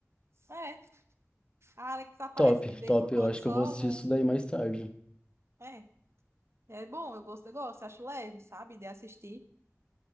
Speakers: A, on the right; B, on the left.
A: É, a Alex aparece
B: Top,
A: de vez
B: top.
A: em quando
B: Eu acho
A: só
B: que eu vou assistir
A: um.
B: isso daí mais tarde.
A: É. É bom, eu gosto, eu gosto, acho leve, sabe, de assistir.